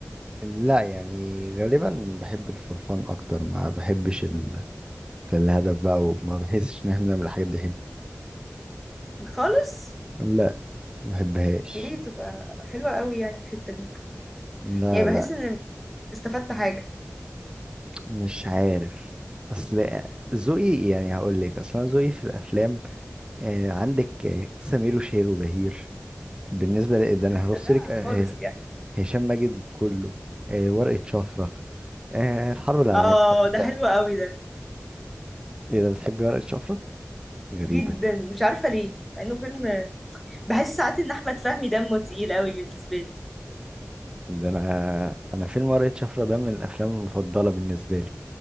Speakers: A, on the right; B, in the centre.
A: لا يعني غالبا بحب الفرفان اكتر ما بحبش ال- الهدف بقى وما بحسش ان احنا بنعمل الحاجات دي حلو
B: خالص
A: لا ما بحبهاش
B: دي تبقى حلوه قوي يعني الحته دي
A: لا
B: يعني بحس
A: لا
B: ان استفدت حاجه
A: مش عارف اصل ذوقي يعني هقول لك اصل أنا ذوقي في الافلام آه عندك آه، سمير وشهير وبهير بالنسبه ل- ده انا هرص
B: ده دلع
A: لك آه
B: خالص يعني
A: هشام ماجد كله آه ورقه شفره آه الحرب العالميه
B: اه
A: الثالثه
B: ده حلو قوي ده
A: ايه ده بتحبي ورقه شفره غريبه
B: جدا مش عارفه ليه مع انه فيلم بحس ساعات ان احمد فهمي دمه تقيل قوي بالنسبه لي
A: ده انا انا فيلم ورقه شفره ده من الافلام المفضله بالنسبه لي